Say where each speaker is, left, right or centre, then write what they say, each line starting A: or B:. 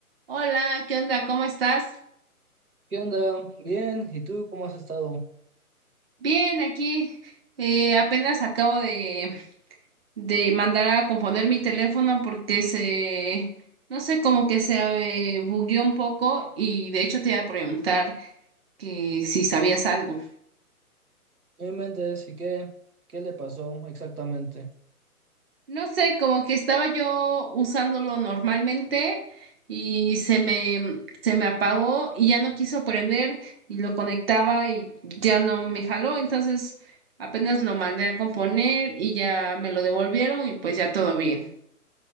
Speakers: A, on the right; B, on the right.
A: Hola, ¿qué onda? ¿Cómo estás?
B: ¿Qué onda? Bien, ¿y tú cómo has estado?
A: Bien, aquí eh, apenas acabo de, de mandar a componer mi teléfono porque se, no sé, como que se eh, bugueó un poco y de hecho te iba a preguntar que si sabías algo.
B: No inventes, ¿y qué? ¿Qué le pasó exactamente?
A: No sé, como que estaba yo usándolo normalmente y se me, se me apagó y ya no quiso prender y lo conectaba y ya no me jaló. Entonces apenas lo mandé a componer y ya me lo devolvieron y pues ya todo bien.